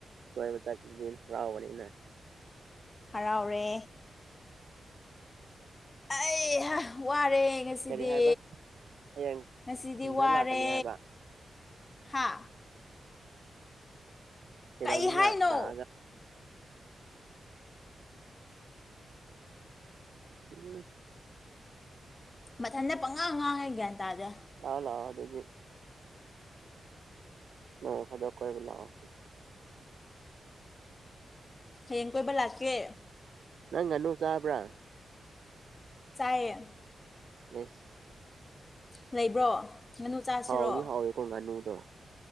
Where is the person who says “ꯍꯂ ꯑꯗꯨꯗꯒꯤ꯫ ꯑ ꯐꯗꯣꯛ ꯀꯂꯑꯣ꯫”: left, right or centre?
Right